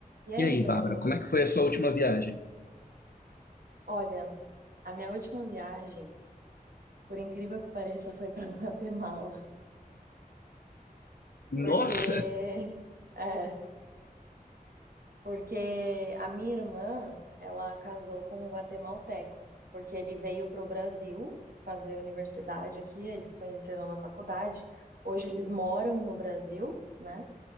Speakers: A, on the right; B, on the left.
A: E aí,
B: E aí,
A: Bruno?
B: Bárbara, como é que foi a sua última viagem?
A: Olha, a minha última viagem, por incrível que pareça, foi para <laughs> Guatemala, porque
B: Nossa!
A: é, porque a minha irmã, ela casou com um guatemalteco, porque ele veio para o Brasil fazer universidade aqui, eles conheceram na faculdade. Hoje eles moram no Brasil, né?